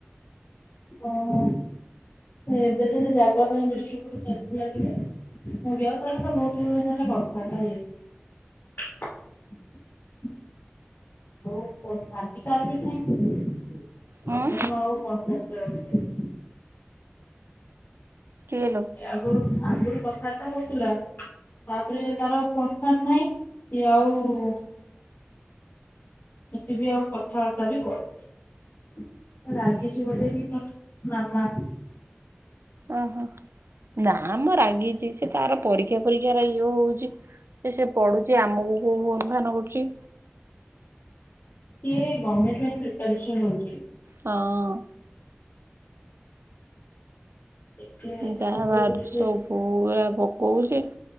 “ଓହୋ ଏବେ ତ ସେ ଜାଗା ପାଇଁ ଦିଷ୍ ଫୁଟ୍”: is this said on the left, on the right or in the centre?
Left